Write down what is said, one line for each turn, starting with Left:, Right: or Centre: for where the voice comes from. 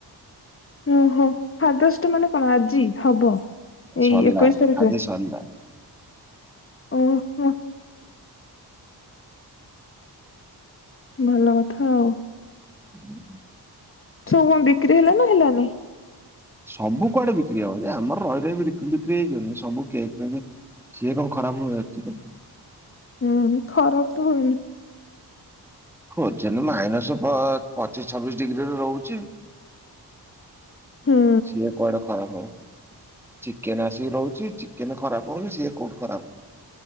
Left: ଓ ହୋ ଫାଥର୍ସ ଡେ ମାନେ କଣ ଆଜି ହବ?
Centre: ସରିଲା
Left: ଏଇ ଏକୋଇଶ ତାରିଖରେ।
Centre: ଆଜି ସରିଲା।
Left: ଓହୋ। ଭଲ କଥା ଆଉ।
Centre: <inaudible>
Left: ସବୁ ବିକ୍ରି ହେଲା ନା ହେଲାନି?
Centre: ସବୁ କୁଆଡେ ବିକ୍ରି ହବ ଯେ ଆମର ରହି ରହି ବି ବିକ୍ରି ହେଇ ଯିବନି ସବୁ କେକ୍ ଫେକ୍। ସିଏ କଣ ଖରାପ ହୁଏ।
Left: ହୁଁ ଖରାପ ତ ହୁଏନି।
Centre: ହୋଜେନ୍ ମାଇନସ ପ ପଚିଶ ଛବିଶ ଡିଗ୍ରୀରେ ରହୁଛି।
Left: ହୁଁ
Centre: ସିଏ କୁଆଡେ ଖରାପ ହବ। ଚିକେନ ଆସିକି ରହୁଛି ଚିକେନ ଖରାପ ହଉନି ସିଏ କୋଉଠୁ ଖରାପ